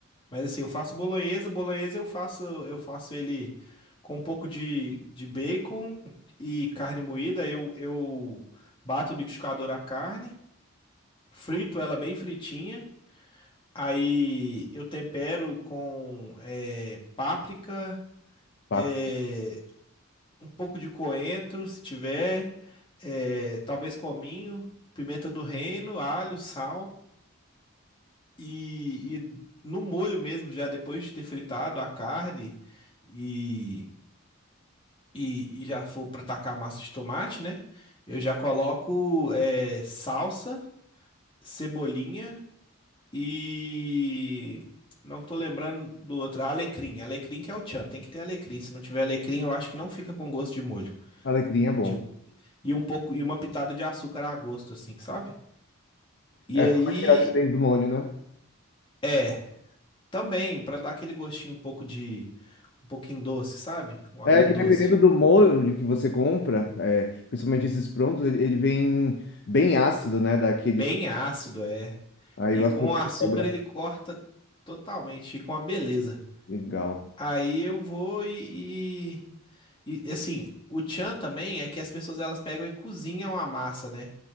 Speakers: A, on the left; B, on the left.
A: Mas assim, eu faço bolonhesa, bolonhesa eu faço, eu faço ele com um pouco de, de bacon e carne moída. Eu, eu bato no liquidificador a carne, frito ela bem fritinha. Aí eu tempero com eh, páprica,
B: Pato,
A: eh, um pouco de coentro, se tiver, eh, talvez cominho, pimenta do reino, alho, sal e, e no molho mesmo, já depois de ter fritado a carne e, e, e já for para tacar a massa de tomate, né? Eu já coloco eh, salsa, cebolinha. E não tô lembrando do outro. Ah, Alecrim. Alecrim que é o tchan. Tem que ter alecrim. Se não tiver alecrim, eu acho que não fica com gosto de molho.
B: Alecrim é bom.
A: De- E um pouco e uma pitada de açúcar a gosto, assim, sabe? E
B: É,
A: aí
B: só pra tirar a acidez do molho, né?
A: é também pra dar aquele gostinho um pouco de um pouquinho doce, sabe? Um agridoce.
B: É que dependendo do molho que você compra, é, principalmente esses prontos, ele, ele vem bem ácido, né? Daquele.
A: Bem ácido é.
B: Aí
A: E
B: o
A: com
B: açúcar
A: o açúcar
B: quebra.
A: ele corta totalmente, fica uma beleza.
B: Legal.
A: Aí eu vou e, E assim, o tchan também é que as pessoas elas pegam e cozinham a massa, né?